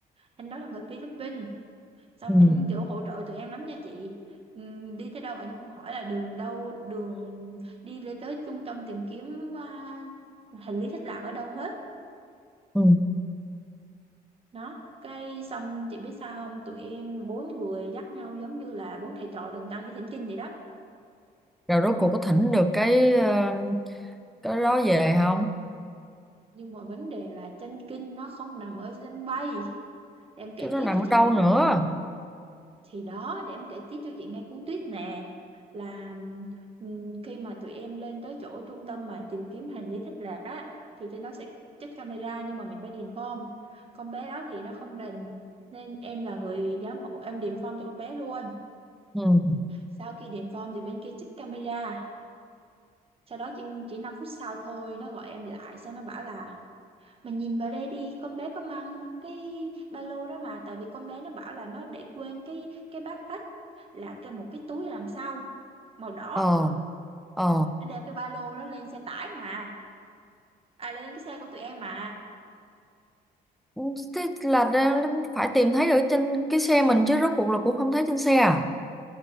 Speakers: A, on the right; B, in the centre.
A: anh đó là người Philippines xong
B: ừ,
A: ảnh kiểu hỗ trợ tụi em lắm nha chị Ừm, đi tới đâu ảnh cũng hỏi là đường đâu đường đi lên tới trung tâm tìm kiếm à, hành lý thất lạc ở đâu hết
B: ừ.
A: nó cái xong chị biết sao không tụi em bốn người dắt nhau giống như là bốn thầy trò đường tăng đi thỉnh kinh vậy đó
B: Rồi rốt cuộc có thỉnh được cái ờ, Cái đó về không
A: nhưng mà vấn đề là chân kinh nó không nằm ở sân bay em kể
B: Chứ nó
A: tiếp
B: nằm
A: cho
B: ở
A: chị
B: đâu
A: nghe
B: nữa
A: câu thì đó để em kể tiếp cho chị nghe cú tuyết nè là ừm, khi mà tụi em lên tới chỗ trung tâm mà tìm kiếm hành lý thất lạc á thì trên đó sẽ trích camera nhưng mà mình phải điền form con bé đó thì nó không rành nên em là người giám hộ em điền form cho con bé luôn
B: ừ.
A: sau khi điền form thì bên kia trích camera sau đó chỉ chỉ 5 phút sau thôi nó gọi em lại xong nó bảo là mà nhìn vào đây đi, con bé có mang cái ba lô đó mà, tại vì con bé nó bảo là nó để quên cái cái backpack là cái một cái túi đằng sau màu đỏ,
B: Ờ Ờ
A: nó đeo cái ba lô nó lên xe tải mà, à lên cái xe của tụi em mà.
B: Ừ, Thế là đe- phải tìm thấy ở trên cái xe mình chứ rốt cuộc là cũng không thấy trên xe à